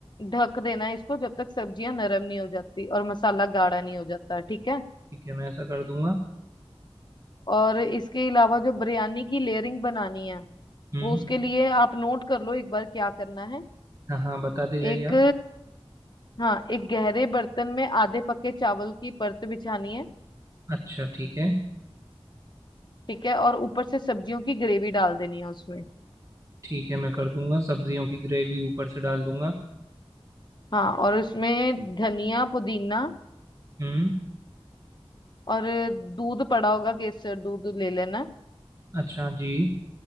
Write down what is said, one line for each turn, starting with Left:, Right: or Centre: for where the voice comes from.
Left: ढक देना है इसको जब तक सब्जियां नरम नहीं हो जाती और मसाला गाढ़ा नहीं हो जाता ठीक है
Right: ठीक है मैं ऐसा कर दूँगा
Left: और इसके अलावा जो बिरयानी की लेयरिंग बनानी है
Right: हम्म
Left: वो उसके लिए आप नोट कर लो एक बार क्या करना है
Right: हाँ हाँ बताते जाइए
Left: एक
Right: आप
Left: हाँ एक गहरे बर्तन में आधे पके चावल की परत बिछानी है
Right: अच्छा ठीक है
Left: ठीक है और ऊपर से सब्जियों की ग्रेवी डाल देनी है उसमें
Right: ठीक है मैं कर दूँगा सब्जियों की ग्रेवी ऊपर से डाल दूँगा
Left: हाँ और उसमें धनिया पुदीना
Right: हम्म
Left: और दूध पड़ा होगा केसर दूध ले लेना
Right: अच्छा जी